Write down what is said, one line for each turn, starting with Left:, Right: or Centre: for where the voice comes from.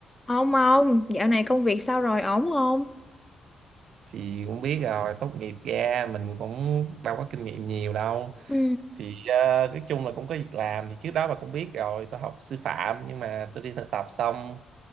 Left: Ông ông, dạo này công việc sao rồi, ổn không?
Right: thì cũng biết rồi tốt nghiệp ra mình cũng đâu có kinh nghiệm nhiều đâu
Left: ừ
Right: thì ờ, nói chung là cũng có việc làm thì trước đó bà cũng biết rồi tôi học sư phạm nhưng mà tôi đi thực tập xong